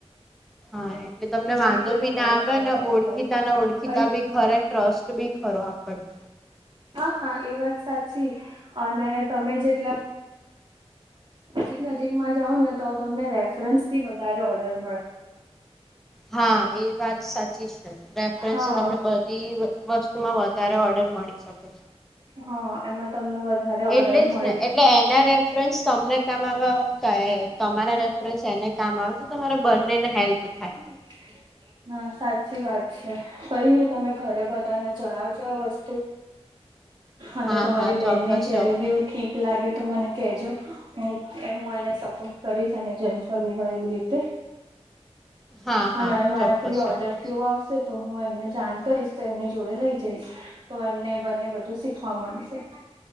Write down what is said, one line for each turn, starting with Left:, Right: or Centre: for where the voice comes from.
Centre: હા એટલે તમને
Right: એવી
Centre: વાંધો
Right: રીતે જ
Centre: બી
Right: અમારે
Centre: ના આવે
Right: જવાનું
Centre: ને ઓળખીતા
Right: હોય
Centre: ને ઓળખીતા
Right: કઈ
Centre: બી. ખરે કે ટ્રસ્ટ બી ખરો આપણને
Right: હા એ વાત સાચી અને તમે જેટલા નજીક નજીક માં જાવ ને તો તમને રેફરન્સ થી વધારે ઓર્ડર મળે.
Centre: હા એ વાત સાચી છે રેફરન્સ
Right: હા
Centre: તમને બ <unintelligible> વસ્તુમાં વધારે ઓર્ડર મળી શકે છે
Right: હા એમાં તમને <inaudible>
Centre: એટલે
Right: મળે
Centre: જ ને એટલે એના રેફરન્સ તમને કામ <inaudible> તમારા રેફરન્સ એને કામ આવે તો તમારા બંનેને હેલ્પ થાય
Right: <inaudible> હા સાચી વાત છે કઈ નઈ તમે ઘરે બધાને જણાવજો આ વસ્તુ અને
Centre: હા
Right: તમારી
Centre: હા
Right: બેનને
Centre: ચોક્કસ
Right: જયારે
Centre: ચોક્કસ
Right: બી એું ઠીક લાગે તો મને કજો હ એ હું એને સપોર્ટ કરીશ અનેને જેમ કરવું હોય એવી રીતે
Centre: હા હા
Right: અને હવે મારા
Centre: ચોક્કસ
Right: કોઈ ઓર્ડર
Centre: ચોક્કસ
Right: કેવો આવશે તો હું એમને જાણ કરીશ તો એમની જોડે લઈ જઈશ તો એમને બને બધું શીખવા મળશે